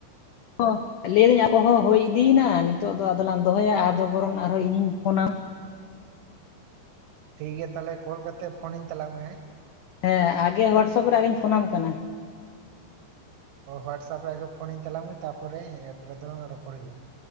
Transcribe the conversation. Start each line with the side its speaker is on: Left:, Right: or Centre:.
Left: ᱚ ᱞᱟᱹᱭᱫᱟᱹᱧ ᱟᱠᱚ ᱦᱚᱸ ᱦᱩᱭ ᱤᱫᱤᱭᱱᱟ ᱱᱤᱛᱚᱜ ᱫᱚ ᱟᱫᱚᱞᱟᱝ ᱫᱚᱦᱚᱭᱟ ᱟᱫᱚ ᱵᱚᱨᱚᱱ ᱟᱨᱦᱚᱸ ᱤᱧᱤᱧ ᱯᱷᱳᱱᱟᱢ᱾
Right: ᱴᱷᱤᱠ ᱜᱮᱭᱟ ᱛᱟᱦᱚᱞᱮ ᱠᱚᱞ ᱠᱟᱛᱮ ᱯᱷᱳᱱᱤᱧ ᱛᱟᱞᱟᱝ ᱢᱮ ᱦᱮᱸ᱾
Left: ᱦᱮᱸ ᱟᱜᱮ ᱦᱚᱣᱟᱴᱥᱟᱯ ᱨᱮ ᱟᱨᱤᱧ ᱯᱷᱳᱱᱟᱢ ᱠᱟᱱᱟ᱾
Right: ᱚ ᱦᱚᱣᱟᱴᱥᱟᱯ ᱨᱮ ᱟᱜᱮ ᱯᱷᱳᱱᱤᱧ ᱛᱟᱞᱟᱝ ᱢᱮ ᱛᱟᱯᱚᱨᱮ ᱮᱯ ᱨᱮᱫᱚ ᱨᱚᱯᱚᱲ ᱦᱩᱭᱩᱜᱼᱟ,